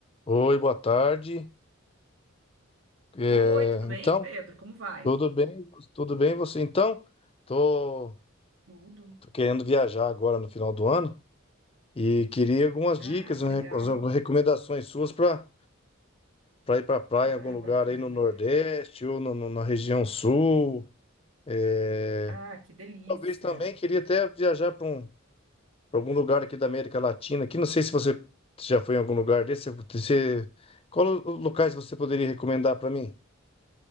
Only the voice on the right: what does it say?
Oi, tudo bem,
Pedro? Como vai?
Tudo.
Ah, que
legal.
Ah,
bacana.
Ah, que delícia.